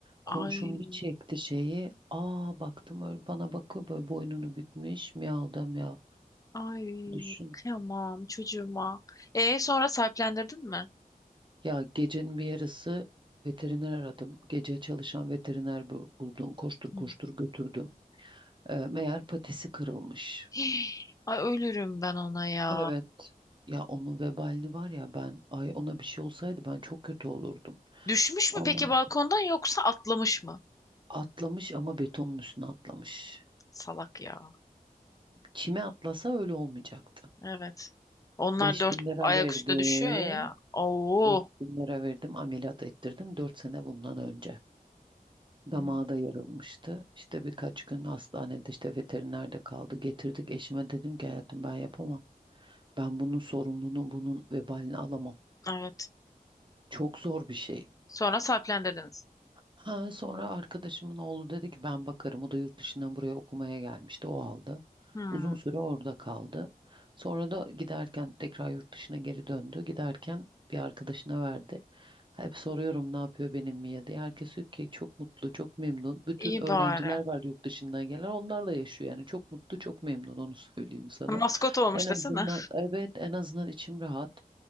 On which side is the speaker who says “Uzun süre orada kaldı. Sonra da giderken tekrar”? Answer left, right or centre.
Right